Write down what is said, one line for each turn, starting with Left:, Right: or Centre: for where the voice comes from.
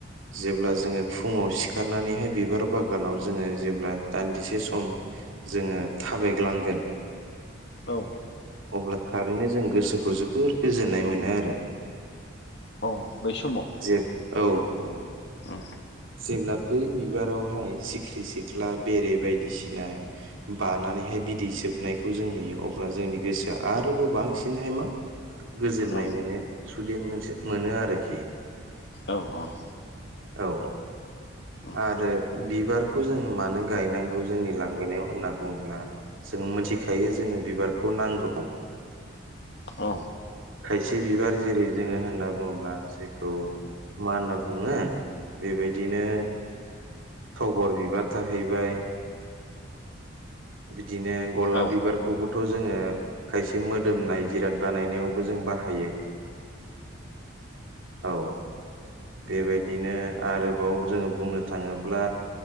Right: जेब्ला जोंङो फुङाव सिखारनानैहाय बिबार बागानाव जोंङो जेब्ला दान्दिसे सम जोङो थाबायग्लांगोन
Left: औ
Right: अब्ला थारैनो जों गोसोखौ जोबोर गोजोननाय मोनो आरो
Left: औ बै समाव
Right: जे औ औ
Left: उम
Right: जेब्ला बै बिबाराव हाय सिख्रि सिख्ला बेरे बायदिसिना बानानैहाय बिदै सोबनायखौ जों नुयो अब्ला जोंनि गोसोआ आरोबाव बांसिनहाय मा गोजोननाय
Left: औ
Right: मोनो सुदेम मोनसे मोनो आरोखि।
Left: औ औ
Right: औ
Left: उम
Right: आरो बिबारखौ जोंङो मानो गायनांगौ जोंनि लांगोनायाव होनना बुंङोब्ला जों मोनथिखायो जोंङो बिबारखौ नांगौ
Left: औ
Right: खायसे बिबार जेरै - जोंङो होनना बुंङोब्ला जेखौ मा होनना बुंङो बेबायदिनो थगर बिबार थाहैबाय। बिदिनो गलाब
Left: औ
Right: बिबार खौबोथ जोंङो खायसे मोदोमनाय जिराद बानायनायावबो जों बाहायो। औ बेबायदिनो आरोबाव जोंङो बुंनो थांङोब्ला